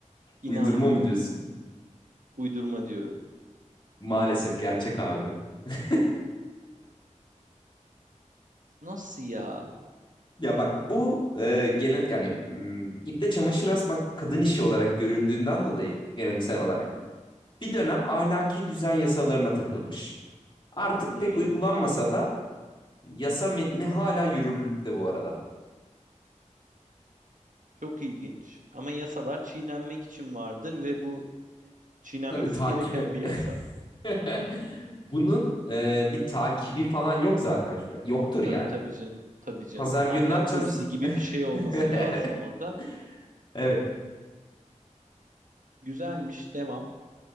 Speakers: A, on the right (about 80°); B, on the left (about 40°).
A: İnanmıyorum.
B: Uydurma mı diyorsun?
A: Uydurma diyorum.
B: Maalesef gerçek abi. <laughs>
A: Nasıl ya?
B: Ya bak bu e, gele, yani hmm, iple çamaşır asmak kadın işi olarak görüldüğünden dolayı geleneksel olarak bir dönem ahlaki düzen yasalarına takılmış. Artık
A: Hmm,
B: pek uygulanmasa da yasa metni hala yürürlükte bu arada.
A: çok ilginç. Ama yasalar çiğnenmek için vardır ve bu e, çiğnenmesi
B: Tabii takibi.
A: gereken bir yasa.
B: <laughs> Bunun e, bir takibi falan yok zaten şu an. Yoktur
A: Tabii
B: yani.
A: tabii canım. Tabii canım.
B: Pazar günü
A: Ahlak
B: ne yapacağız?
A: polisi gibi bir şey olması
B: <laughs>
A: lazım orada.
B: Evet.
A: Güzelmiş. Devam.